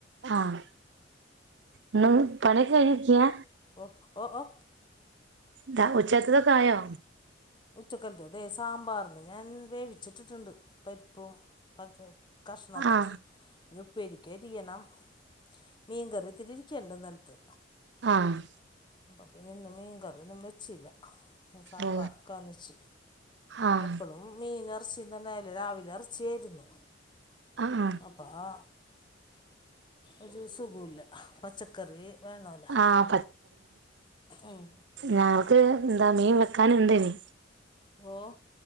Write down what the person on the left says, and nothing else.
ഒ ഒ ഓ
ഉച്ചക്കത്തതെ സാമ്പാറിന് ഞാൻ വേവിച്ചിട്ടിട്ടുണ്ട്. പരിപ്പും പച്ച കഷ്ണൊക്കെ
ഇഞ്ഞ് ഉപ്പേരിക്കെരിയണം. മീൻ കറി ഇത്തിരി ഇരിക്ക്യണ്ട് ഇന്നൽത്ത്.
അപ്പം പിന്നെ ഇന്ന് മീൻ കറ്യൊന്നും വെച്ചില്ല. സാമ്പാർ
കറി വെച്ച്.
എപ്പളും മീനാ എറച്ചിന്നെന്നായാല് രാവിലെ എറച്ചിയായിരുന്നു.
അപ്പ ആ ഒരു സുഖൂല്ല. പച്ചക്കറി വേണോല്ലൊ.
ഉം.
ഓഹ്